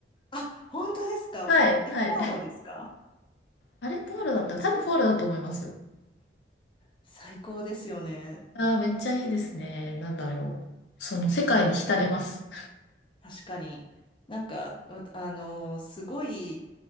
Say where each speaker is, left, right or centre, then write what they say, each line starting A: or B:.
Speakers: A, on the left; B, on the left.
A: あ、本当ですかえ、
B: はいはい。
A: ポアロですか
B: あれ、ポールだった多分ポールだと思います。
A: 最高ですよね。
B: ああ、めっちゃいいですね。なんだろう。その世界に浸れます。
A: 確かに。なんか、わあのすごい